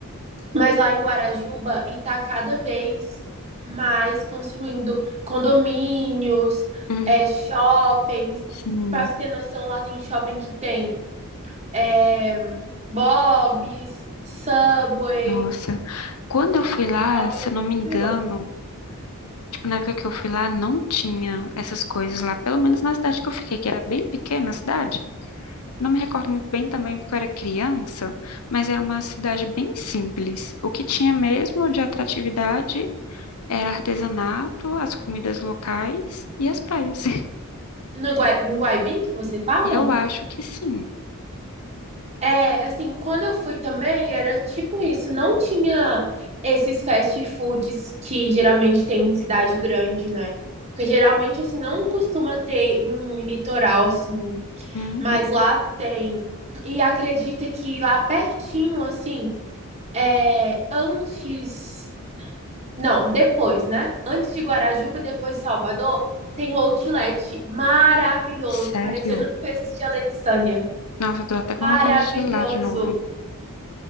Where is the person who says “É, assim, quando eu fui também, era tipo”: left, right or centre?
Right